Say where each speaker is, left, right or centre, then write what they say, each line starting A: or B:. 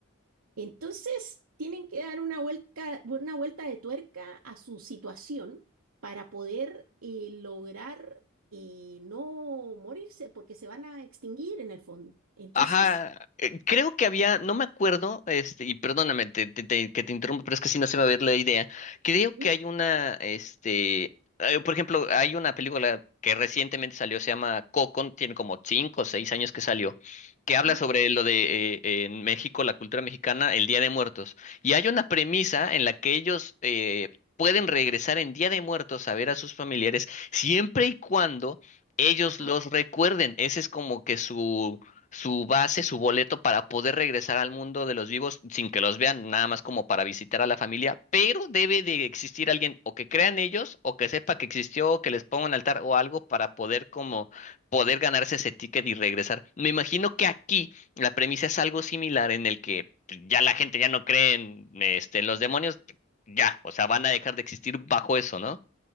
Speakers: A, on the right; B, on the left.
A: Entonces, tienen que dar una vuelta, una vuelta de tuerca a su situación para poder eh, lograr eh, no morirse, porque se van a extinguir en el fondo. Entonces,
B: Ajá, eh, creo que había, no me acuerdo, este, y perdóname te- te- te- que te interrumpo, pero es que si no se me va a ver la idea. Creo
A: ¿sí?
B: que hay una, este, eh, por ejemplo, hay una película que recientemente salió, se llama Coco, tiene como cinco o seis años que salió, que
A: Ajá,
B: habla sobre lo de eh, en México, la cultura mexicana, el Día de Muertos. Y hay una premisa en la que ellos eh, pueden regresar en Día de Muertos a ver a sus familiares siempre y cuando ellos
A: ajá.
B: los recuerden. Ese es como que su su base, su boleto para poder regresar al mundo de los vivos sin que los vean, nada más como para visitar a la familia, pero debe de existir alguien o que crean ellos o que sepa que existió o que les ponga un altar o algo para poder como poder ganarse ese ticket y regresar. Me imagino que aquí la premisa es algo similar en el que pues, ya la gente ya no cree en, este, en los demonios, ya, o sea, van a dejar de existir bajo eso, ¿no?